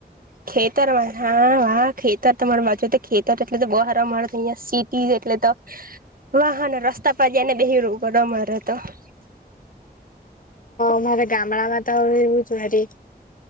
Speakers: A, on the right (about 60°); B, on the left (about 55°).
A: ખેતરમાં હા હા ખેતર તમાર વાંચું તો ખેતર એટલે તો બહાર મળ સીટી એટલે તો વાહન રસ્તા પર જ‌ઈને બેહી ર‌ઉ ઉપર અમારે તો <unintelligible> <inaudible> <inaudible>
B: તમારે ગામડા માં તો એવું જરી.